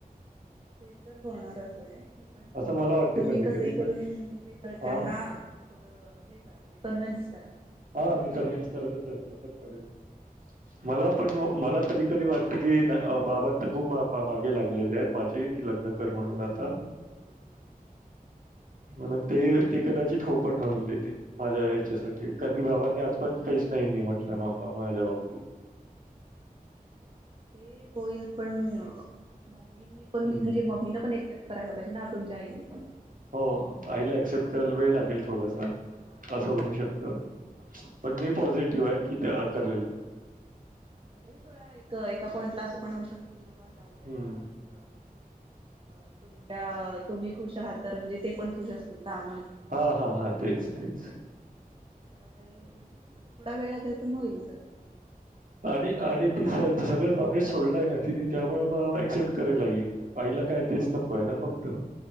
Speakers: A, on the right; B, on the right.
A: ते तर होणारच आहे. पण
B: असं मला वाटतं
A: तुम्ही
B: कधी-कधी
A: कसही करून
B: पण
A: म्हणजे घरच्यांना
B: हां,
A: थोडं हे करा म्हणजे कन्वन्स करा.
B: हा मी
A: किती
B: कन्व्हिन्स करायच
A: काही
B: प्रयत्न
A: करायचं.
B: करेन. मला पण मला कधी कधी वाटत की बाबां तर खूप मागे लागलेले आहेत माझे की लग्न कर म्हणून आता
A: हां हां.
B: म्हणून ते ते कदाचित हो म्हणून देते. माझ्या याच्यासाठी कारण की बाबांनी आजपर्यंत काहीच नाही म म्हटलं मामा माझ्या बाबतीत
A: ते होईल पण मम्मीनी पणे
B: हं.
A: मम्मी न पण एक्सेप्ट करायला पाहिजे ना तुम आईनी पण
B: हो आईला एक्सेप्ट करायला वेळ लागेल थोडसा
A: हा
B: असं होऊ
A: तेच
B: शकत पण
A: हा
B: मी पॉझिटिव्ह आहे कि ते करेल
A: खरेच थोडा एक एका पॉइंटला असं पण होऊ शकतं कि बाबा जाऊ दे आता
B: हं.
A: फ तुम तुम्ही खुश आहात तर म्हणजे ते पण खुश. म्हण
B: हां,
A: त्यासाठी
B: हां, हां.
A: ते
B: तेच,
A: करतील
B: तेच.
A: त्याला काहीणजे थोडा वेळ अगेल पण होईल सगळं
B: आणि आणि ती स सगळं नॉलेज सोडला आहे ना तिने त्यामुळे मग ऍक्सेप्ट करेलाई आईला काय तेच नको आहे ना फक्त